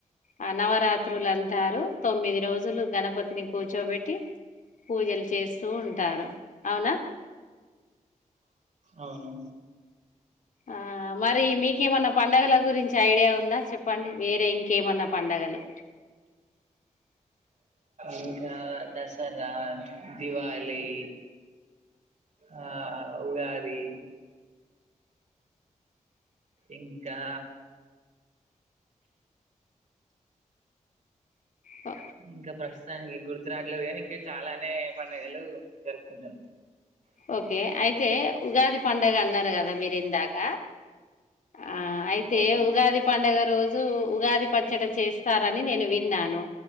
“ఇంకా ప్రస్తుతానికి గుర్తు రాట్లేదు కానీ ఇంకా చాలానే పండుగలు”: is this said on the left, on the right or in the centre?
Right